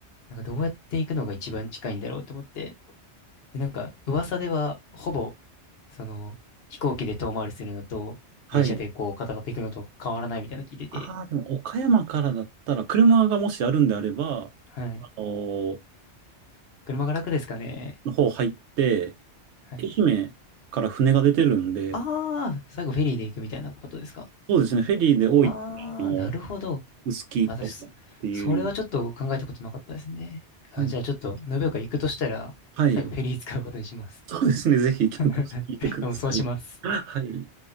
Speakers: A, on the left (about 60°); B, on the right (about 80°).
A: なんかどうやって行くのが一番近いんだろうと思って。で、なんか噂ではほぼその飛行機で遠回りするのと電車でこうカタカタ行くのと変わらないみたいなの聞いてて。
B: はい。ああ、でも岡山からだったら、車がもしあるんであれば、
A: はい。
B: あのー
A: 車が楽ですかね。
B: の方入って、
A: はい。
B: 愛媛から船が出てるんで、
A: ああ、最後フェリーで行くみたいなことですか。
B: そうですね。フェリーで多い、
A: あー、
B: あの、
A: なるほど。
B: 臼杵とかっていう。
A: あ私、そそれはちょっと考えたことなかったですね。あ、
B: はい。
A: じゃあちょっと、延岡行くとしたら、
B: はい
A: 最後フェリー使うことにします。
B: そうですね。ぜひ検討してみてください。
A: <laughs> でもそうします。
B: はい。